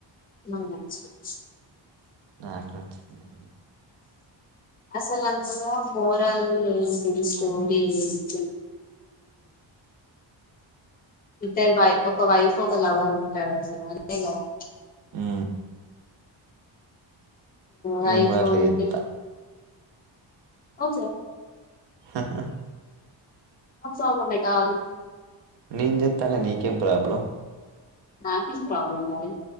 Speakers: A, on the left (about 20°); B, on the right (about 65°).
A: నాక్ నచ్చలే
B: నాక్ నచ్చింది
A: అసలు అందులో బోరాల్ ఏంటిది స్టోరీ ఏంటి ఇద్దరు వై ఒక వైఫ్ ఒక లవర్ ఉంటారు అదే గదా
B: ఉ
A: వైఫ్
B: నేన్ గూడ అట్లా
A: ఉండి
B: చేస్తా
A: ఓకే
B: హ హ
A: ఆమ్ సాల్వ్ ధ మెటల్
B: నేన్ చెత్తంటే నీకేం ప్రాబ్లం
A: నాకేం ప్రాబ్లెమ్ మరి